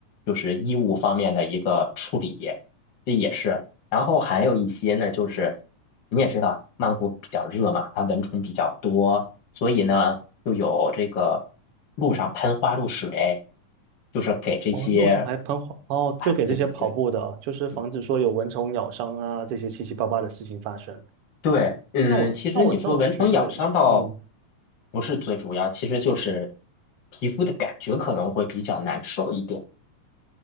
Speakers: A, on the left; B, on the right.
A: 就是医务方面的一个处理，这也是。然后还有一些呢，就是你也知道曼谷比较热嘛，它蚊虫比较多。所以呢，就有这个路上喷花露水，就是给这些，
B: 哦，路上还喷火哦，
A: 哎，
B: 就给这些跑步的，
A: 对对对
B: 就是防止说有蚊虫咬伤啊，
A: 对
B: 这些七七八八的事情发生。
A: 对，嗯，
B: 那我那我那我觉得，
A: 其实你说蚊虫咬伤倒
B: 嗯，
A: 不是最主要，其实就是皮肤的感觉可能会比较难受一点。